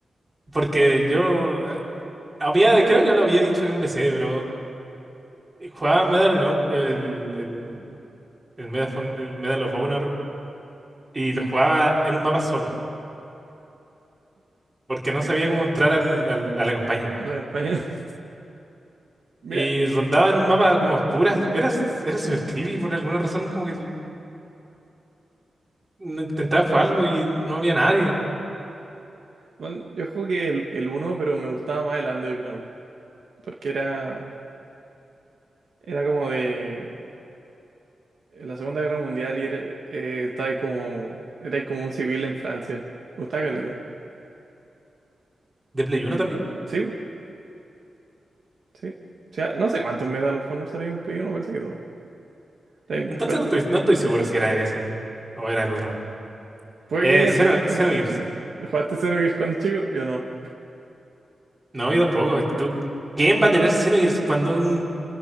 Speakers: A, on the right; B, on the right.
A: porque yo eh, había, creo que lo había dicho en P C, pero jugaba Medal of Honor- el, el, el, Medal, of Hon- el Medal of Honor y lo jugaba en un mapa solo, porque no sabía cómo entrar al, al- a la campaña.
B: La campaña. <laughs> Mira,
A: Y
B: eh,
A: rondaba en un mapa como oscura. Era, s- era súper creepy por alguna razón, como que l- no intentaba jugarlo y no había nadie.
B: bueno, yo jugué el, el uno, pero me gustaba más el Underground. Porque era, era como de la Segunda Guerra Mundial y era, eh, estaba ahí como, era ahí como un civil en Francia. Me gustaba caleta.
A: ¿De Play 1 también?
B: Sí, bu, sí. O sea, no sé cuántos Medal of Honor salieron en Play 1, parece que dos. Time-
A: Entonces
B: jugaste-
A: no estoy, no estoy seguro si era ese o era el otro.
B: Puede
A: Eh,
B: que haya
A: Xeno,
B: sido el primero.
A: Xenogears.
B: ¿Jugaste Xenogears cuando chico? Yo no.
A: No, yo tampoco. es tú- ¿Quién va a tener Xenogears cuando un,